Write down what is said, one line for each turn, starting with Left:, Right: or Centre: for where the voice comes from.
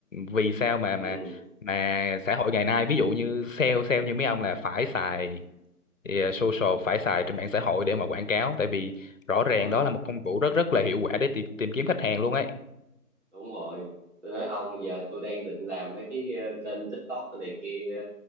Left: vì sao mà
Right: ừ
Left: mà mà xã hội ngày nay ví dụ như sale sale như mấy ông là phải xài thì à, social phải xài trên mạng xã hội để mà quảng cáo tại vì rõ
Right: đúng
Left: ràng
Right: rồi
Left: đó là một công cụ rất rất là hiệu quả để tìm, tìm kiếm khách hàng luôn ấy
Right: đúng rồi tôi nói ông giờ tôi đang định làm mấy cái ờ, kênh TikTok cái này kia